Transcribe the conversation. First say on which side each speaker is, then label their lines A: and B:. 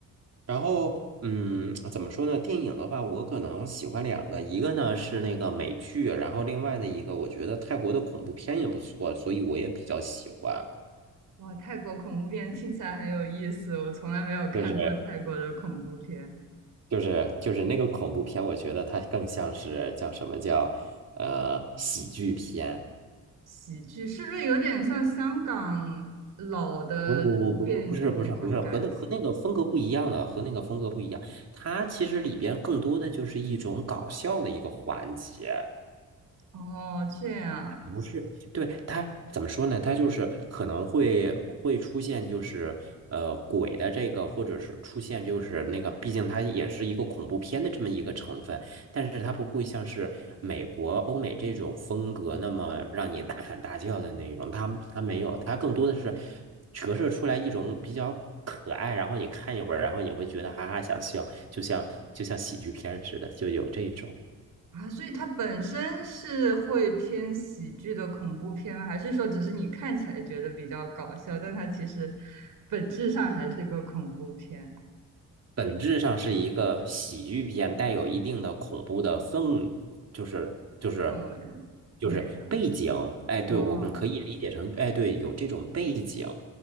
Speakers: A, on the right; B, on the right.
A: 然后，嗯，怎么说呢？电影的话，我可能喜欢两个，一个呢是那个美剧，然后另外的一个，我觉得泰国的恐怖片也不错，所以我也比较喜欢。
B: 哇，泰国恐怖片听起来很有意思，我从来没有看过泰国的恐怖片。
A: 就是就是就是那个恐怖片，我觉得它更像是叫什么叫呃喜剧片。
B: 喜剧是不是有点像香港老的电影那种感觉？
A: 不不不不不是不是不是和那和那个风格不一样的，和那个风格不一样。它其实里边更多的就是一种搞笑的一个环节。
B: 哦，这样
A: 不是，对，它怎么说呢？它就是可能会会出现，就是呃鬼的这个，或者是出现就是那个，毕竟它也是一个恐怖片的这么一个成分，但是它不会像是美国、欧美这种风格那么让你大喊大叫的那种，它它没有，它更多的是折射出来一种比较可爱，然后你看一会儿，然后你会觉得哈哈想笑，就像就像喜剧片似的，就有这种。
B: 啊，所以它本身是会偏喜剧的恐怖片吗？还是说只是你看起来觉得比较搞笑，但它其实本质上还是个恐怖片
A: 本质上是一个喜剧片，带有一定的恐怖的氛，就是就是
B: 氛围那种？
A: 就是背景。哎，对，
B: 哦，
A: 我们可以理解成，哎，对，有这种背景。